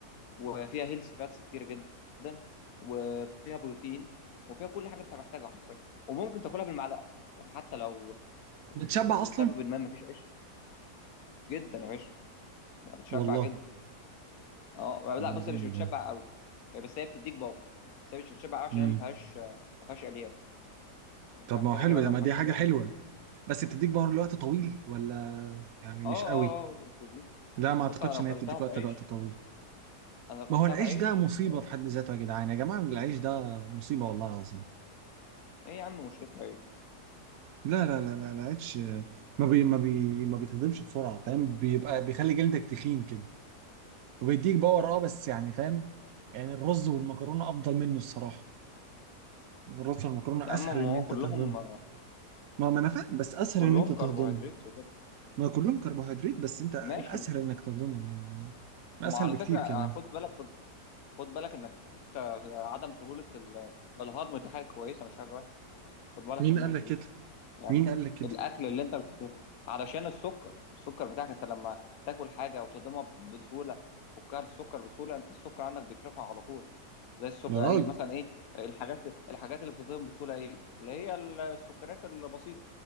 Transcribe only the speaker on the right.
بتشبع اصلا
والله
طب
ما
هو جامد
ده
امم
طب
ما
هو حلو
ده
ما
دي حاجه
حلوه بس بتديك باور لوقت طويل ولا يعني
مش
قوي
لا ما اعتقدش
ان
هي بتديك
وقت لوقت طويل
ما
هو العيش
ده مصيبه
في حد ذاته يا جدعان يا جماعه العيش ده مصيبه والله العظيم
لا لا لا لا لا اتش ما بي ما بي ما بيتهضمش بسرعه فاهم بيبقى بيخلي جلدك تخين كده وبيديك باور اه بس يعني فاهم يعني الرز والمكرونه افضل منه الصراحه الرز والمكرونه
اسهل ان
انت
تهضمه ما ما انا فاهم بس اسهل
ان انت تهضمه
ما كلهم كربوهيدرات بس انت
الاسهل
انك تهضمه يعني اسهل
بكتير
كمان
مين
قال لك
كده
مين قال لك كده
يا راجل